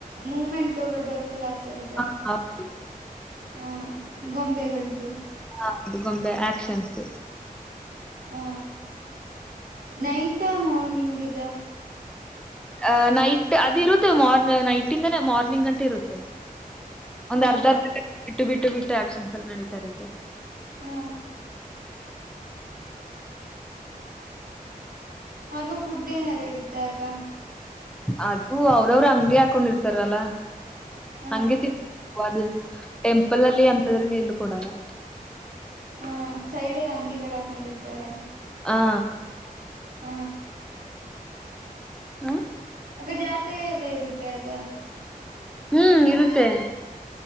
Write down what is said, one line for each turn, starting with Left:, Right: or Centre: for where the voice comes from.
Right: ಮೂಮೆಂಟುಗಳು ಬರುತ್ತೆ ಹತ್ತಲ ಆತರದ
Centre: ಹ ಹೌದು
Right: ಹಾ ಗೊಂಬೆಗಳ್ದು
Centre: ಹೌದು ಗೊಂಬೆ ಆಕ್ಷನ್ಸ್
Right: ಹಾ ನೈಟಾ ಮಾರ್ನಿಂಗ್ ಇದ
Centre: ಅ ನೈಟ್ ಅದ ಇರುತ್ತೆ ಮಾರ್ ನೈಟ್ ಇಂದಾನೆ ಮಾರ್ನಿಂಗ್ ಗಂಟೆ ಇರುತ್ತೆ ಒಂದ್
Right: ಹ
Centre: ಅರ್ಧರ್ಧ ಬಿಟ್ಟು ಬಿಟ್ಟು ಬಿಟ್ಟು ಆಪ್ಷನ್ಸ್ ನಡತಾ ಇರುತ್ತೆ.
Right: ಹಾ ಆಗ ಫುಡ್ ಏನಾರು ಇರುತ್ತೆ ಆಗ
Centre: ಅದು ಅವ್ರವರು ಅಂಗಡಿ ಹಾಕೊಂಡಿರ್ತಾರಲ್ಲ
Right: ಹ
Centre: ಹಂಗೆ <unintelligible> ಟೆಂಪಲ್ ಅಲ್ಲಿ ಅಂ ದ್ರಲ್ಲಿ ಎಲ್ಲಿ ಕೊಡಲ್ಲ
Right: ಹ ಸೈಡ್ದ್ ಅಂಗಡಿಗಳ ಹಾಕೊಂಡಿರ್ತಾರ
Centre: ಹಾ
Right: ಹ
Centre: ಹ್ಮ
Right: ಆಗ ಜಾತ್ರೆ ಎಲ್ಲ ಇರುತ್ತೆ ಆಗ
Centre: ಹ್ಮ್ ಇರುತ್ತೆ